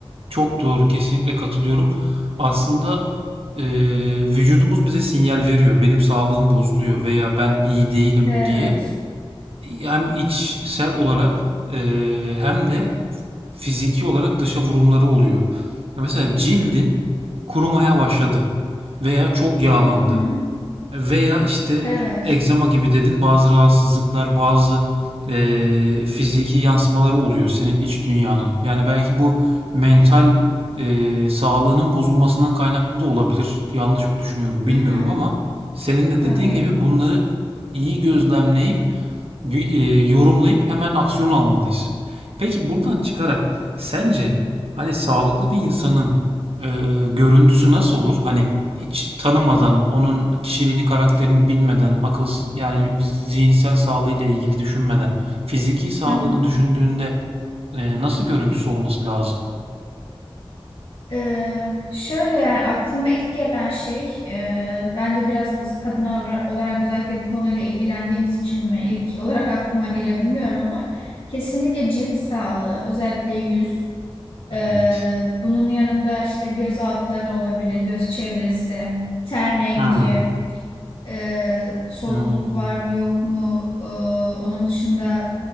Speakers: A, on the right (about 80°); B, on the left (about 65°).
A: Çok doğru. Kesinlikle katılıyorum. Aslında e, vücudumuz bize sinyal veriyor. Benim sağlığım bozuluyor veya ben iyi değilim
B: Evet.
A: diye. Hem içsel olarak e, hem de fiziki olarak dışa vurumları oluyor. Ya mesela cildin kurumaya başladı veya çok yağlandı
B: Hı hı.
A: veya işte
B: Evet.
A: egzama gibi dedin bazı rahatsızlıklar, bazı eee, fiziki yansımaları oluyor senin iç dünyanın. Yani belki bu mental eee, sağlığının bozulmasından kaynaklı da olabilir. Yanlış mı düşünüyorum bilmiyorum
B: Hı hı.
A: ama senin de
B: Tabii.
A: dediğin gibi bunları iyi gözlemleyip y- e, yorumlayıp hemen aksiyon almalıyız. Peki buradan çıkarak sence hani sağlıklı bir insanın e, görüntüsü nasıl olur? Hani hiç tanımadan, onun kişiliğini, karakterini bilmeden, akıl yani zihinsel sağlığıyla ilgili düşünmeden, fiziki sağlığını
B: Hı hı.
A: düşündüğünde e, nasıl görüntüsü olması lazım?
B: Ee, şöyle yani aklıma ilk gelen şey e, ben de biraz biz kadın ola- olarak özellikle bu konuyla ilgilendiğimiz için mi ilk <laughs> olarak aklıma geliyor bilmiyorum ama kesinlikle cilt sağlığı özellikle yüz
A: Evet.
B: Ee, bunun yanında işte göz altları olabilir göz çevresi ten rengi
A: Hmm.
B: e, solukluk
A: Hmm.
B: var mı yok mu Ee, onun dışında